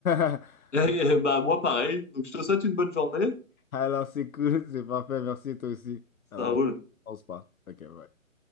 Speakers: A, on the left; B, on the left.
A: <laughs>
B: <laughs> Et, bah, moi, pareil. Donc, je te souhaite une bonne journée.
A: Alors, c'est cool, c'est parfait. Merci, toi aussi. Alors,
B: Ça roule.
A: on se on se parle. Ok, bye.